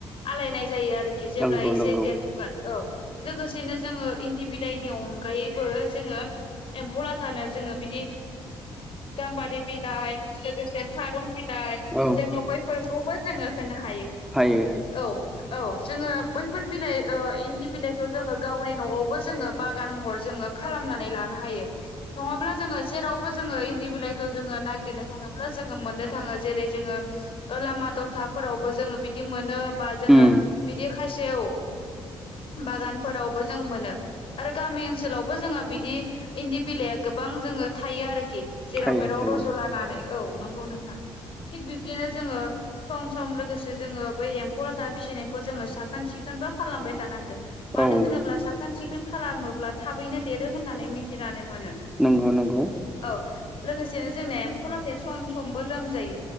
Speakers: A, on the left (about 55°); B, in the centre.
A: आलायनाय जायो आरोखि जेब्ला
B: नंगौ
A: एसे
B: नंगौ
A: देरबोगोन औ लोगोसेनो जोङो इन्दि बिलाइनि अनगायैबो जोङो एम्फौ लाथानो जोङो बिदि गाम्बारि बिलाइ लोगोसे थारुन
B: औ
A: जोङो बैफोरखौबो जोङो होनो हायो
B: हायो
A: औ औ जोङो बैफोर बिलाइ इन्दि बिलाइखौ जोङो गावनि न'आवबो जोङो बागान महर जोङो खालामनानै लानो हायो नङाब्ला जोङो जेरावबो जोङो इन्दि बिलाइखौ जोङो नागिरनो थाङोब्ला जोङो मोननो थाङो जेरै जोङो लामा द'थाफोरावबो जोङो बिदि मोनो बा जोङो
B: उम
A: बिदि खासे औ बागानफोरावबो जों मोनो आरो गामि ओनसोलावबो जोंहा बिदि इन्दि बिलाइआ गोब गोबां जोङो थायो आरोखि जेराव
B: हायो
A: मेराव
B: हायो
A: रज' लानानै औ नंगौ नोंथां थिग बिब्दिनो जोङो सम सम लोगोसे जोङो बै एम्फौ लाथा फिसिनायखौ जोङो साखोन सिखोन बा खालामबाय थानांगो मानो
B: औ
A: होनोब्ला साखोन सिखोन खालामोब्ला थाबैनो देरो होननानै मिथिनानै मोनो
B: नंगौ नंगौ
A: औ लोगोसेनो जोंनिया एम्फौ लाथाया सम समबो लोमजायो